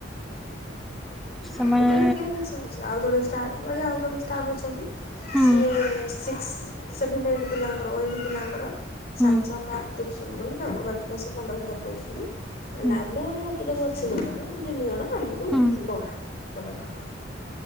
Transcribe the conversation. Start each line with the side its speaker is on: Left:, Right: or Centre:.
Left: <unintelligible>
Centre: ସେମାନେ
Left: ଆଉ ଜଣେ ଷ୍ଟା ମାନେ ଆଉ ଜଣେ ଷ୍ଟାପ୍ ଅଛନ୍ତି।
Centre: ହୁଁ
Left: ସିଏ ସିକ୍ସ ସେଭେନ ଏଇଟ୍ ପିଲାଙ୍କର, ଏଇଟ୍ ପିଲାଙ୍କର ସାଇନ୍ସ
Centre: ହୁଁ
Left: ଆଉ ମ୍ୟାଥ୍ ଦେଖୁସନ୍ତି ବୋଲି ତାଙ୍କୁ ବାକି ଦଶ ପନ୍ଦର ହଜାର ଦୋଉଛନ୍ତି। ଏ
Centre: ହୁଁ
Left: ଲାଭ ରକିଦବ ତାକୁ ଅଛି ଜଣଙ୍କ, ତିନି ଜଣ ଆମକୁ
Centre: ହୁଁ
Left: ଦଉନାହାନ୍ତି, ଦଉନାହାନ୍ତି।